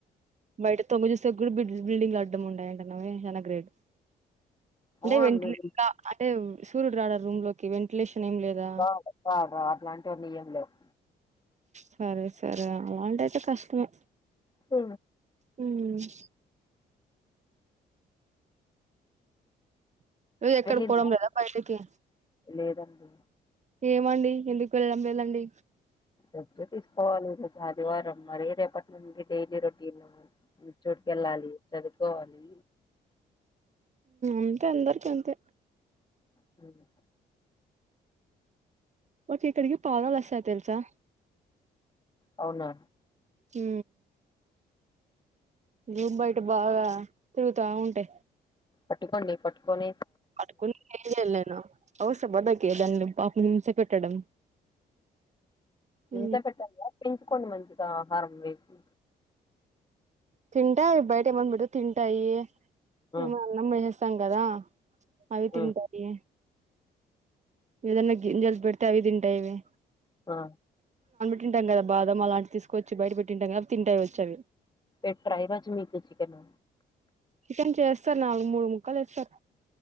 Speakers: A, on the right; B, on the left.
A: బయట తొంగి చూస్తే బిల్ బిల్డింగ్ అడ్డం ఉండయంటనావే చాలా గ్రేడ్ అంటే
B: అవునండి
A: వెంటిలేష అంటే సూర్యుడు రాడ రూమ్ లోకి వెంటిలేషన్ ఏం లేదా
B: రాడ్ రాడ్ అట్లాంటివని ఎం లేవు
A: సరే సరే అలాంటైతే కష్టమే
B: అ
A: మ్మ్ నువ్వు ఎక్కడికి
B: వెళ్ళిందా
A: పోవడం లేదా బయటకి
B: లేదండి
A: ఏమండి ఎందుకు వెళ్ళడం లేేదండి
B: రెస్ట్ తీసుకోవాలి ఈరోజు ఆదివారం మరి రేపటి నుండి డైలీ రొటీన్ చూటుకెళ్ళాలి చదువుకోవాలి
A: అంతే అందరికి అంతే
B: అ
A: ఒసేయ్ ఇక్కడికి పావురాలు వస్తాయి తెలుసా
B: అవునా
A: హ రూమ్ బయట బాగా తిరుగుతా ఉంటాయి
B: పట్టుకోండి పట్టుకోన్
A: పట్టుకొని ఏం చేయాలి నేను అవసరమ నాకీ దాన్ని పాపం హింస పెట్టడం
B: హింస
A: ఉమ్
B: పెట్టాల పెంచుకోండి మంచిగా ఆహారం వేసి
A: తింటాయి బయట ఏమన్న పెడితే తింటాయి
B: ఆ
A: మేము అన్నం వేసేస్తాం కదా అవి తింటాయి
B: ఆ
A: ఇదన్న గింజల్త్ పెడతే అవి తింటాయి
B: ఆ
A: తింటాం కదా బాదం అలాంటి తీసుకొచ్చి బయట పెట్టింటాం కద తింటాయి వచ్చ అవి
B: రేపు ఫ్రై గా చెయ్ చికెన్
A: చికెన్ చేస్తారు నాలుగు మూడు ముక్కలు వేస్తారు